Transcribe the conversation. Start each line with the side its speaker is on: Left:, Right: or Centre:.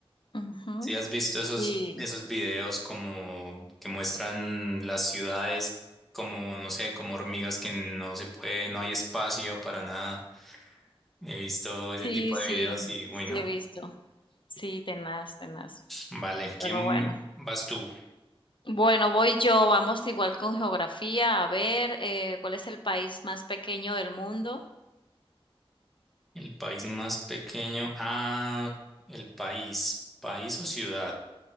Left: ujú.
Centre: Si has visto
Left: Sí,
Centre: esos, esos videos como que muestran las ciudades como, no sé, como hormigas que no se puede, no hay espacio para nada. He visto ese
Left: sí,
Centre: tipo de
Left: sí,
Centre: videos y, uy,
Left: sí
Centre: no.
Left: he visto. Sí, tenaz, tenaz.
Centre: Vale, ¿quién
Left: Pero bueno.
Centre: vas tú?
Left: Bueno, voy yo. Vamos igual con geografía. A ver, eh, ¿cuál es el país más pequeño del mundo?
Centre: El país más pequeño. Ah, el país. ¿País o ciudad?